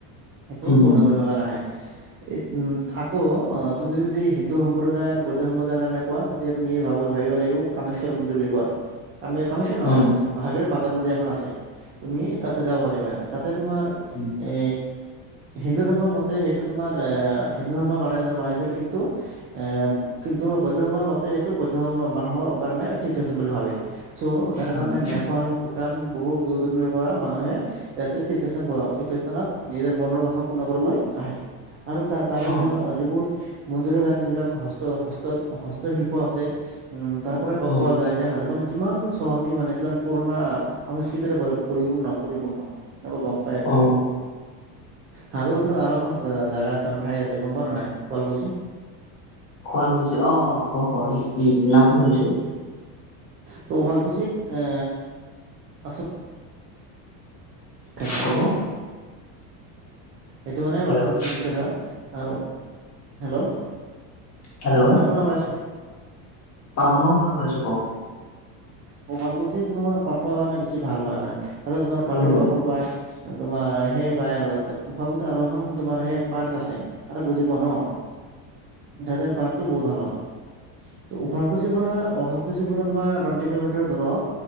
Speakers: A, on the right; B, on the left.
A: সেইটো
B: উম
A: পূৰ্ণ
B: উম
A: কৰিব কাৰনে আহে। উম আকৌ অ তুমি যদি হিন্দু সম্প্ৰদায়ৰ বৌদ্ধ সম্প্ৰদায়ৰ কাৰণে কোৱা তেতিয়া তুমি ভাব ভাবিব লাগিব কামেশ্বৰ মন্দিৰ বুলি কোৱা কাম কামেশ্বৰ নহয়।
B: উম উম
A: ৱ মন্দিৰ এখন আছে তুমি তাতে যাব পাৰিবা তাতে তোমাৰ
B: উম
A: এ হিন্দু ধৰ্মৰ মতে সেইটো তোমাৰ আহ হিন্দু ধৰ্মৰ মানুহ এজনে বনাইছিল কিন্তু এ কিন্তু বৌদ্ধভৰ মতে সেইটো বৌদ্ধ মানুহৰ কাৰণে বুলি ভাবে চ' যাৰ
B: হয়
A: কাৰণে নেপাল ভূটান বহুত দূৰ দূৰণিৰ পৰা মানুহে। ইয়াতে তৃতীয় স্থান তৃতীয় স্থানত নিজৰ মনৰ পূৰ্ণ কৰিবলৈ আহে আৰু তাৰ তাৰে
B: অ
A: যিব যিবোৰ। মন্দিৰৰ গাত যিবিলাক হস্ত হস্ত হস্তশিল্প আছে উম। তাৰ পৰাই গম
B: অ
A: পোৱা যায় যে সাজু। কিমান চহকী মানে কিমান পুৰণা সংস্কৃতিৰে পৰিপূৰ্ণ পৰিপূৰ্ণ। নক গম পাই আৰু।
B: অ
A: হাজোৰ ওছৰত আৰু এখন জেগা আছে মে ঠাই আছে গম পোৱা নে নাই শুৱালকুছি।
B: শুৱালকুছি অ অ গম পাওৱে সেই উ নামটো শুনিছো।
A: ত' শুৱালকুছিত এ আছ। বিখ্যাত হয়।
B: হ'ব।
A: এইটো মানে
B: হেল্ল'।
A: মানুহ বেছি বিখ্যাত হয়। আৰু হেল্ল'?
B: হেল্ল'
A: মই শুনা পাইছোঁ।
B: অ' মই শুনা পাইছোঁ। কওঁক।
A: শুৱালকুছিটো তোমাৰ পাটৰ কাৰণে বেছি ভাল হয় মানে। তাতে তোমাৰ পাটৰ
B: উম
A: কাপ পায়। আৰু তোমাৰ সেই পায় আৰু, তাতে শুৱালকুছিতে আৰু এখন তোমাৰ সেই পাৰ্ক আছে। আৰু বুজি পোৱা ন তাতে পাৰ্কটো বহুত ভাল হয়। তো শুৱালকুছিৰ পৰা- শুৱালকুছিৰ পৰা তোমাৰ টুৱেণ্টি কিলোমিটাৰ দূৰত